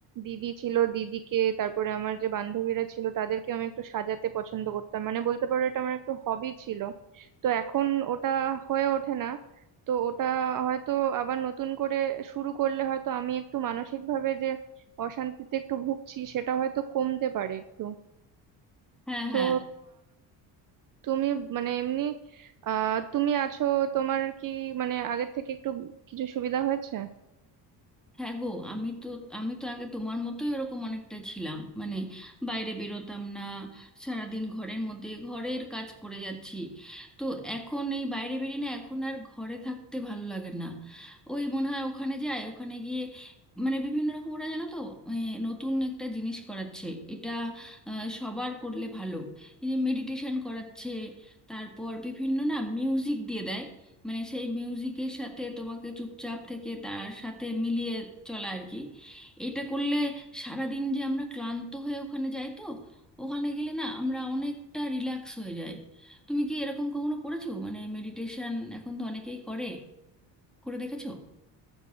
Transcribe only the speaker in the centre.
হ্যাঁ
হ্যাঁ
হ্যাঁ গো আমি তো আমি তো আগে তোমার মতোই এরকম অনেকটা ছিলাম মানে বাইরে বেরোতাম না সারাদিন ঘরের মধ্যে ঘরের কাজ করে যাচ্ছি তো এখন এই বাইরে বেরিয়ে না এখন আর ঘরে থাকতে ভালো লাগে না ওই মনে হয় ওখানে যায় ওখানে গিয়ে মানে বিভিন্ন রকম ওরা জানো তো এ, নতুন একটা জিনিস করাচ্ছে এটা আহ, সবার করলে ভালো এই মেডিটেশন করাচ্ছে তারপর বিভিন্ন না মিউজিক দিয়ে দেয় মানে সেই মিউজিকের সাথে তোমাকে চুপচাপ থেকে তার সাথে মিলিয়ে চলা আর কি এটা করলে সারাদিন যে আমরা ক্লান্ত হয়ে ওখানে যাই তো ওখানে গেলে না আমরা অনেকটা রিল্যাক্স হয়ে যাই তুমি কি এরকম কখনো করেছো মানে মেডিটেশন এখন তো অনেকেই করে করে দেখেছো